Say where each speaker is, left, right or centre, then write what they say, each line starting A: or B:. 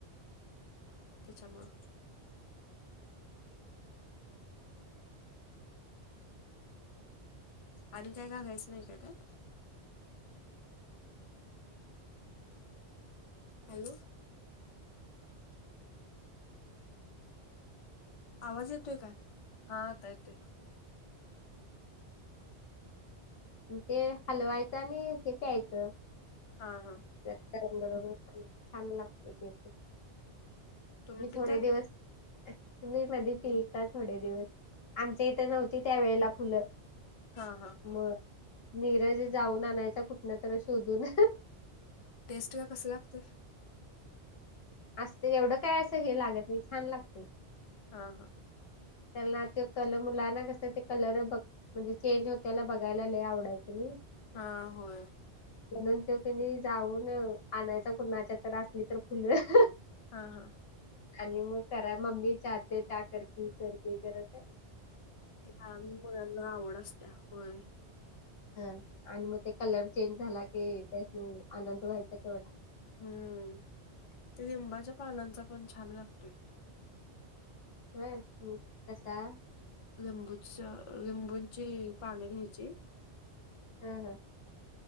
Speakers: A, on the left; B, on the left.
A: तेच्या मुळ. आणि काय घालायच नाही का त्यात? हॅलो आवाज येतोय काय हा आता येतोय
B: ते हलवायचं आणि हे प्यायचं
A: हा हा
B: जास्त आंग गरम होतय छान लागत ते पण
A: तुम्ही
B: मी
A: पिताय
B: थोडे दिवस तुम्ही मधी पीलता थोडे दिवस आमच्या इथं नव्हत ते त्या वेळेला फुलं
A: हा हा
B: मग नीरज जाऊन आणायचा कुठन तर शोधून
A: टेस्ट ला कसं लागतोय
B: असत एवढं काय असं हे लागत नाही छान लागतय
A: हा हा
B: त्यांना ते कलम मुलांना कस ते कलर बघ म्हणजे चेंज होत्याला बघायला लय आवडायचं नई
A: हा होय
B: म्हणून तो कणी जाऊन आणायच कुणाच्या तर असली तर फुलं
A: हा हा
B: आणि मग करा मम्मी चाहते त्या करकी करकी करत
A: ती लहान मुलांना आवड असत्या होय
B: ह आणि मग ते कलर चेंज झाला की त्यासणी आनंद व्हायचा केवढा
A: हम्म ते लिंबाच्या पानांचा पण छान लागतोय
B: होय मु कसा
A: लिंबूच्या लिंबूची पानं घ्यायची
B: ह ह